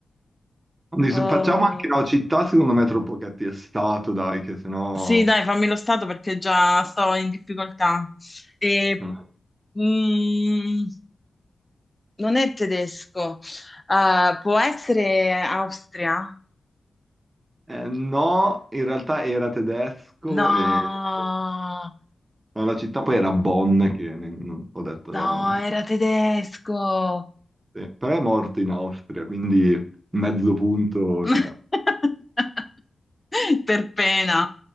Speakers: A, on the right (about 35°); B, on the left (about 15°).
A: Quindi
B: Eh,
A: se- facciamo anche, no, città secondo me è troppo cattiestato, dai, che sennò...
B: sì, dai, fammi lo stato perché già sto in difficoltà. E,
A: Eh,
B: mm, non è tedesco, Eh, può essere Austria?
A: no, in realtà era tedesco
B: No,
A: e... Ma la città poi era Bonn, che ne- non- ho detto
B: no,
A: no, non-
B: era tedesco.
A: sì. Però è morto in Austria, quindi mezzo punto,
B: <laughs>
A: cioè...
B: Per pena.